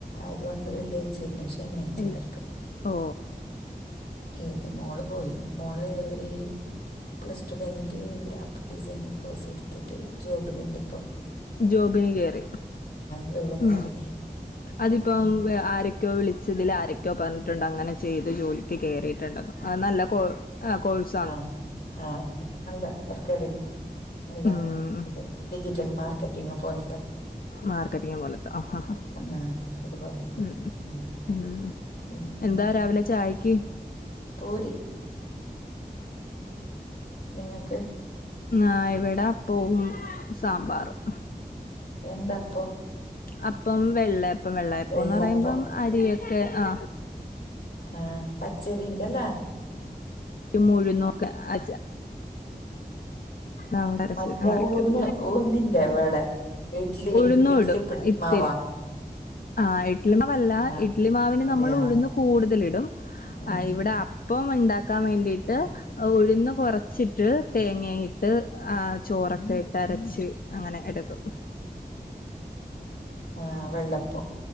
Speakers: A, on the left; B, on the left.
A: അതൊണ്ട് വെള്ളിയായ്ചയില്ല. ശനിയായ്ച്ചവര്ക്ക്.
B: ഇല്ല ഓ!
A: ഏത്! മോള് പോയി മോള് ഒരു പ്ലസ് ടു കഴിഞ്ഞിട്ട് ഗ്രാഫിക് ഡിസൈനിങ് കോഴ്സ് എടുത്തിട്ട് ജോബിലുണ്ട്. ഇപ്പം.
B: ജോബിന് കേയറി
A: ജോബിന്
B: ഉ
A: കയറി
B: അതിപ്പം
A: ഉം.
B: ആരെ ക്കോ വിളിച്ചതിൽ ആരൊക്കെ പറഞ്ഞിട്ടുണ്ട്. അങ്ങനെ ചെയ്ത് ജോലിക്ക് കേറിയിട്ടുണ്ട്. അ നല്ല ആ കോഴിസ്
A: ആഹ ആഹ് നല്ല തറക്കേടില്ല നല്ല
B: ഉം
A: ഇത്. ഡിജിറ്റൽ മാർക്കറ്റിംഗ് പോലത്തെ.
B: മാർക്കറ്റിംങ്ങ് പോലത്ത ഹാ ഹാ
A: ആ അതുപോലത്തെ
B: ഉ
A: അങ്ങനെ
B: ഉ
A: പിന്നെ
B: എന്താ രാവിലെ ചായക്ക്
A: പുരി നിങ്ങൾക്ക്.
B: ആ് ഇവിടെ അപ്പംവും, സാമ്പാറും.
A: എന്ത് അപ്പോ
B: അപ്പം വെള്ളയപ്പം വെള്ളയപ്പംന്ന്
A: വെള്ളപ്പം
B: പറയുമ്പം അരിയൊക്കെ ആ
A: ആഹ പച്ചരിന്റെല്ലേ?
B: മൂഴു നുക്ക് അ ആ ഔടരച്ച്
A: മറ്റേ
B: അങ്ങനൊക്കെന്.
A: ഊന്ന് ഊന്നിന്റെ വേളെ ഇഡ്ലി
B: ഉഴുന്നുടും
A: ഇഡ്ലി പി
B: ഇത്തിരി.
A: മാവാ
B: ആ ഇഡ്ലിമാവല്ല
A: ആ
B: ഇഡ്ലിമാവിന്
A: അതെയാ
B: നമ്മൾ ഉഴുന്നു കൂടുതലിടും.
A: ഉം
B: ആ ഇവിടെ അ ഇപ്പം ഉണ്ടാക്കാൻ വേണ്ടിയിട്ട്
A: കൊടു
B: ഉഴന്ന് കുറച്ചിട്ട് തേങ്ങയിട്ട്. ആ ചോറൊക്കെ ഇട്ട് അരച്ച് അങ്ങനെ എടുക്കും.
A: ആ വെള്ളപ്പം.